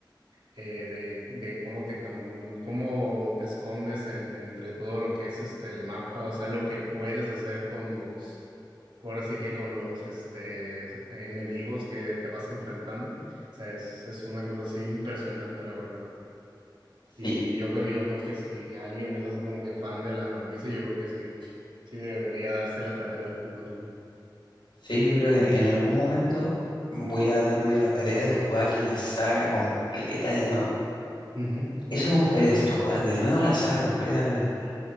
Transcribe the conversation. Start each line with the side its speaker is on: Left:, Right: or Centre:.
Right: eh, de, de cómo te camu- cómo te escondes en, entre todo lo que es este el mapa, o sea, lo que puedes hacer con los Ahora sí que con los este, enemigos que te vas enfrentando. O sea, es, es una cosa así impresionante, la verdad. Y
Left: Sí,
Right: yo creo, yo creo que si alguien es así como que fan de la franquicia, yo creo que sí, sí debería darse la tarea de jugarlo.
Left: Sí, yo creo que en algún momento voy a darme la tarea de jugar la saga completa de nuevo.
Right: Ujú.
Left: Eso me gustaría hacer, jugar de nuevo la saga completa de Metal Gear.